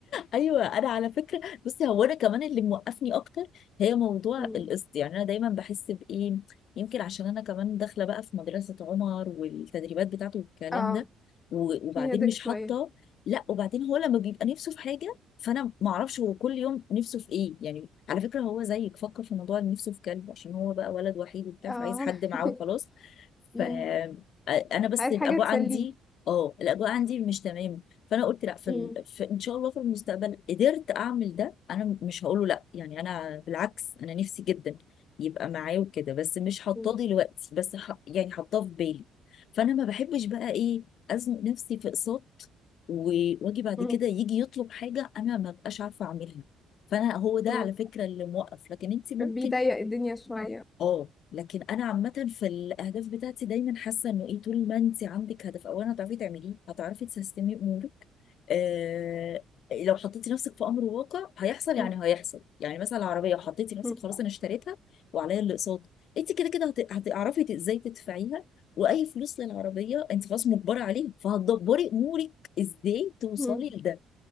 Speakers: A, on the left (about 55°); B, on the left (about 25°).
A: ايوه انا على فكره بصي هو انا كمان اللي موقفني اكتر هي موضوع
B: مم.
A: القسط يعني انا دايما بحس بايه يمكن عشان انا كمان داخله بقى في مدرسه عمر والتدريبات بتاعته والكلام
B: اه
A: ده و- وبعدين
B: في هدك
A: مش
B: شوية
A: حاطه لا وبعدين هو لما بيبقى نفسه في حاجه فانا ما اعرفش هو كل يوم نفسه في ايه يعني على فكره هو زيك فكر في موضوع إن نفسه في كلب عشان هو بقى ولد وحيد وبتاع
B: اه
A: فعايز حد معاه
B: <laughs>
A: وخلاص
B: مم.
A: ف انا بس
B: عايز
A: الاجواء
B: حاجة تسليه
A: عندي اه الاجواء عندي مش تمام فانا قلت لا في,
B: مم.
A: ال... في ان شاء الله في المستقبل قدرت اعمل ده انا مش هقوله لا يعني انا بالعكس انا نفسي جدا يبقى معايا وكده بس مش حاطاه
B: مم.
A: دلوقتي بس ح... يعني حاطاه في بالي فانا ما بحبش بقى ايه ازنق نفسي في اقساط و- واجي بعد
B: مم.
A: كده يجي يطلب حاجه انا ما بقاش عارفه اعملها فانا هو ده
B: مم.
A: على فكره اللي موقف لكن انت ممكن
B: بيضيق الدنيا شوية
A: اه لكن انا عامه في الاهداف بتاعتي دايما حاسه انه ايه طول ما انت عندك هدف اولا هتعرفي تعمليه هتعرفي تسيستمي امورك آه لو حطيتي نفسك في امر واقع هيحصل يعني
B: مم.
A: هيحصل يعني مثلا العربيه حطيتي نفسك
B: مم.
A: خلاص انا اشتريتها وعليا الاقساط انت كده كده هت- هتعرفي ت- ازاي تدفعيها واي فلوس للعربيه انت خلاص مجبره عليه فهتدبري امورك ازاي توصلي
B: مم.
A: لده